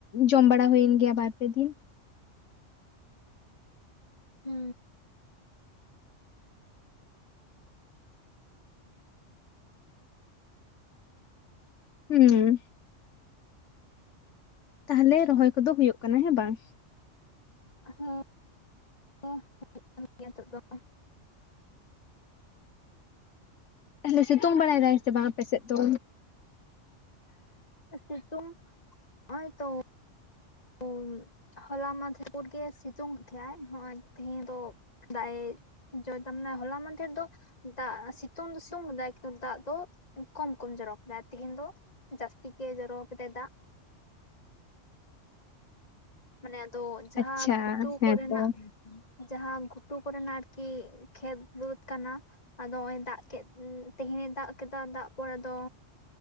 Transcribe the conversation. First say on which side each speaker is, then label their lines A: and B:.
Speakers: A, on the left; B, on the left.
A: ᱡᱚᱢ ᱵᱟᱲᱟ ᱦᱩᱭᱮᱱ ᱜᱮᱭᱟ ᱵᱟᱨ ᱯᱮ ᱫᱤᱱ
B: ᱦᱩ
A: ᱦᱩ ᱛᱟᱦᱮᱞᱮ ᱨᱚᱦᱚᱭ ᱠᱚᱫᱚ ᱦᱩᱭᱩᱜ ᱠᱟᱱᱟ ᱦᱮ ᱵᱟᱝ
B: ᱦᱩ ᱦᱩ ᱦᱩᱭᱩᱜ ᱠᱟᱱ ᱜᱮᱭᱟ ᱱᱤᱛᱚᱜ ᱫᱚ <inaudible>
A: ᱛᱟᱞᱦᱮ ᱥᱤᱛᱩᱝ ᱵᱟᱲᱟᱭ ᱫᱟᱭ ᱥᱮ ᱵᱟᱝ ᱟᱯᱮ ᱥᱮᱫ ᱫᱚ
B: ᱥᱤᱛᱩᱝ ᱦᱚᱜ-ᱚᱭ ᱛᱚ <unintelligible> ᱦᱚᱞᱟ ᱢᱟᱫᱷᱮᱨ <inaudible> ᱜᱮ ᱥᱤᱛᱩᱝ ᱮᱜ ᱛᱟᱦᱮ ᱟᱭ ᱦᱚᱜ-ᱚᱭ ᱛᱮᱦᱮᱧ ᱫᱚ ᱫᱟᱜ-ᱮ ᱡᱚ ᱫᱟ ᱢᱟᱱᱮ ᱦᱚᱞᱟ ᱢᱟᱫᱮᱨ ᱫᱚ ᱫᱟᱜ ᱥᱤᱛᱩᱝ ᱫᱚ ᱥᱩᱝ ᱫᱟᱭ ᱠᱤᱱᱛᱩ ᱫᱟᱜ ᱫᱚ ᱠᱚᱢ ᱠᱚᱢ ᱡᱚᱨᱚ ᱠᱮᱫᱟᱭ ᱛᱮᱦᱮᱧ ᱫᱚ ᱡᱟᱹᱥᱛᱤ ᱜᱮ ᱡᱚᱨᱚ ᱟᱠᱟᱫᱟᱭ ᱫᱟᱜ᱾ ᱢᱟᱱᱮ ᱟᱫᱚ, ᱡᱟᱦᱟᱸ
A: ᱟᱪᱪᱷᱟ
B: ᱜᱷᱩᱴᱩ
A: ᱦᱮᱸᱛᱚ
B: ᱠᱚᱨᱮ ᱱᱟᱜᱼᱼ ᱡᱟᱦᱟᱸ ᱜᱷᱩᱴᱩ ᱠᱚᱨᱮᱱᱟᱜ ᱟᱨᱠᱤ ᱠᱷᱮᱛ ᱵᱟᱹᱫᱽ ᱠᱟᱱᱟ᱾ ᱟᱫᱚ ᱦᱚᱜᱼᱚᱭ ᱫᱟᱜ ᱠᱮᱫ, ᱛᱮᱦᱮᱧᱮ ᱫᱟᱜ ᱠᱮᱫᱟ᱾ ᱫᱟᱜ ᱯᱚᱨ ᱫᱚᱼᱼ